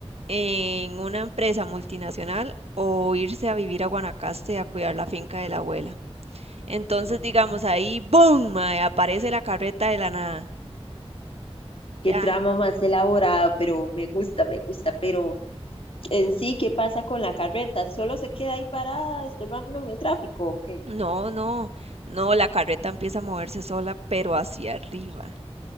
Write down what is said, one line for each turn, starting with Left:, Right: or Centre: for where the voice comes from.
Right: en una empresa multinacional o irse a vivir a Guanacaste a cuidar la finca de la abuela. Entonces,
Left: Mm,
Right: digamos, ahí, ¡boom! mae, aparece la carreta de la nada.
Left: qué
Right: Ya.
Left: trama más elaborada, pero me gusta, me gusta, pero en sí, ¿qué pasa con la carreta? ¿Solo se queda ahí parada, estorbando en el tráfico? Ok,
Right: No, no, no, la carreta empieza a moverse sola, pero hacia arriba.